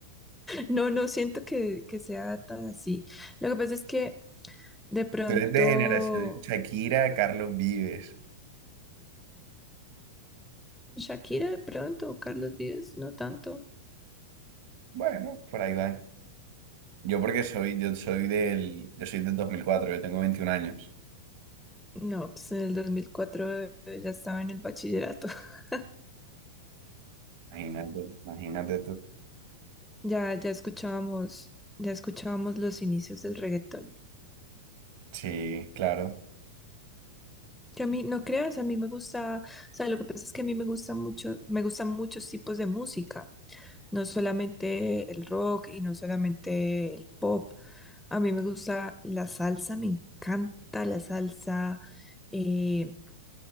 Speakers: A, in the centre; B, on the right.
A: No, no siento que, que sea tan así. Lo que pasa es que de pronto,
B: Tú eres de generación Shakira, Carlos Vives.
A: Shakira de pronto, o Carlos Vives, no tanto.
B: Bueno, por ahí van. Yo porque soy, yo soy del, yo soy del dos mil cuatro yo tengo veintiún años.
A: No, pues en el 2004 eh, ya estaba en el bachillerato. <laughs>
B: Imagínate, imagínate tú.
A: Ya, ya escuchábamos, ya escuchábamos los inicios del reggaetón.
B: Sí, claro.
A: Que a mí, no creas, a mí me gusta, o sea, lo que pasa es que a mí me gusta mucho, me gustan muchos tipos de música, no solamente el rock y no solamente el pop, a mí me gusta la salsa, me encanta la salsa, eh,